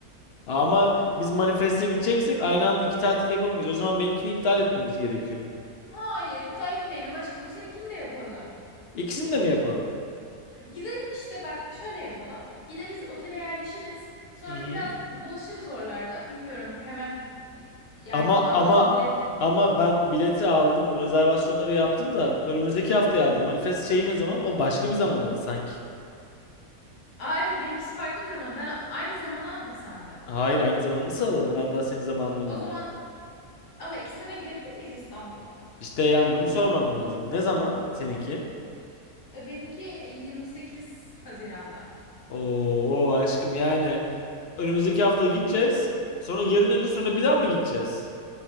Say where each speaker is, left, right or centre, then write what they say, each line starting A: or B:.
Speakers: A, on the left; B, on the left.
A: Aa, Ama biz manifeste gideceksek aynı anda iki tatil yapamayız. O zaman benimkini iptal etmemiz gerekiyor.
B: Hayır, iptal etmeyelim aşkım. Bu seninkini de yapalım.
A: İkisini de mi yapalım?
B: Gidelim işte bak şöyle yapalım. Gideriz otele yerleşiriz. Sonra
A: Hı hı.
B: biraz dolaşırız oralarda. Bilmiyorum hemen yani
A: Ama
B: aldın
A: ama
B: mı biletleri?
A: ama ben bileti aldım, rezervasyonları yaptım da önümüzdeki haftaya aldım. Manifest şeyi ne zaman? O başka bir zamana sanki.
B: Aa evet benimkisi farklı bir zaman. Ben aynı zamana aldık sandım.
A: Hayır, aynı zaman nasıl alalım? Ben daha senin zamanını
B: O
A: bilmiyorum.
B: zaman ama ikisine de gidebilir miyiz İstanbul'a?
A: İşte yani bunu sormam lazım. Ne zaman seninki?
B: E, benimki 28 Haziran'da.
A: Oo aşkım yani önümüzdeki hafta gideceğiz. Sonra geri döneceğiz, sonra bir daha mı gideceğiz?